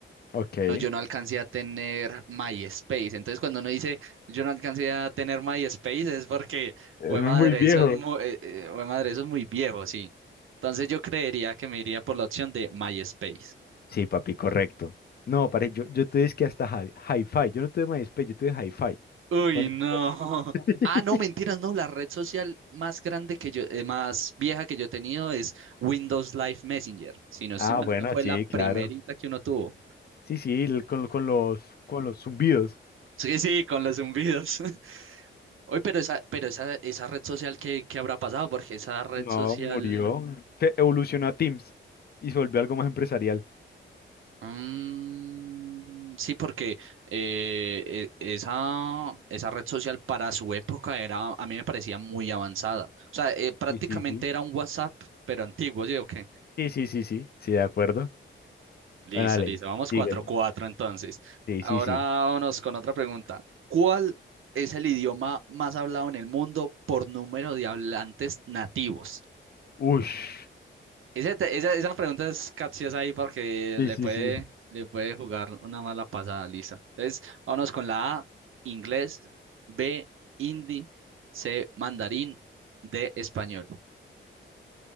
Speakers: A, on the left; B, on the right.
A: Ok, es
B: No, yo no alcancé a tener MySpace. Entonces, cuando uno dice yo no alcancé a tener MySpace, es porque,
A: muy
B: güey madre,
A: viejo.
B: eso es muy, madre, eso es muy viejo, sí. Entonces, yo creería que me iría por la opción de MySpace.
A: Sí, papi, correcto. No, pare, yo, yo te dije que hasta hi- Hi-Fi. Yo no tuve MySpace, yo tuve Hi-Fi.
B: Uy,
A: Con-
B: no.
A: <laughs>
B: <laughs> Ah, no, mentiras, no. La red social más grande que yo, eh, más vieja que yo he tenido es Windows Live Messenger. Si no estoy
A: Ah,
B: mal,
A: bueno,
B: esa fue
A: sí,
B: la
A: claro.
B: primerita que uno tuvo.
A: Sí, sí, el- con, con los, con los zumbidos.
B: Sí, sí, con los zumbidos. <laughs> Oye, pero esa, pero esa, esa red social, ¿qué, qué habrá pasado? Porque esa red
A: No,
B: social.
A: murió. Se evolucionó a Teams y se volvió algo más empresarial.
B: mm, sí, porque eh, e- esa, esa red social para su época era, a mí me parecía muy avanzada. O sea, eh, prácticamente
A: Sí, sí, sí.
B: era un WhatsApp, pero antiguo, ¿sí o qué?
A: Sí, sí, sí, sí, sí, de acuerdo.
B: Listo,
A: Bueno, dale,
B: listo. Vamos
A: sigue.
B: 4-4 entonces.
A: Sí,
B: Ahora
A: sí, sí.
B: vámonos con otra pregunta. ¿Cuál es el idioma más hablado en el mundo por número de hablantes nativos?
A: Ush.
B: Ese te- esa, esa pregunta es capciosa ahí porque
A: Sí,
B: le
A: sí,
B: puede,
A: sí.
B: le puede jugar una mala pasada, Lisa. Entonces, vámonos con la A, inglés, B, hindi, C, mandarín, D, español.